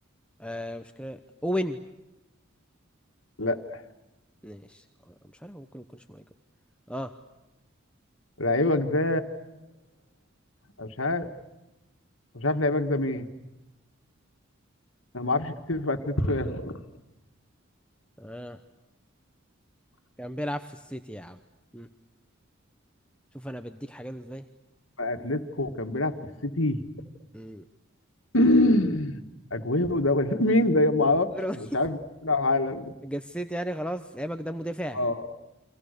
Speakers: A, in the centre; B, on the left.
A: آه مش كده اوين
B: لا
A: ماشي آه، مش عارف ممكن يكونش مايكل اه
B: لعيبك ده أنا مش عارف مش عارف لعيبك ده مين انا ما اعرفش كتير في اتلتيكو يا أخي.
A: اه كان بيلعب في السيتي يا عم مم. شوف انا بديك حاجات ازاي
B: في اتلتيكو كان بيلعب في السيتي
A: مم.
B: <clears throat> اجويرو ده ولا <laughs> مين ده ما اعرفش
A: <laughs>
B: مش عارف بيلعب على
A: جسيت يعني خلاص لعيبك ده مدافع
B: اه